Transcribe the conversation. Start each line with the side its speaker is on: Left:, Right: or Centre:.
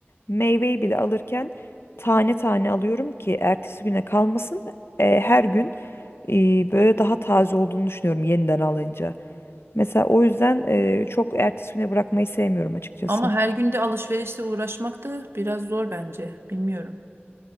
Left: Meyveyi bile alırken tane tane alıyorum ki ertesi güne kalmasın. E, her gün e, böyle daha taze olduğunu düşünüyorum yeniden alınca. Mesela o yüzden e, çok ertesi güne bırakmayı sevmiyorum açıkçası.
Right: Ama her gün de alışverişle uğraşmak da biraz zor bence. Bilmiyorum.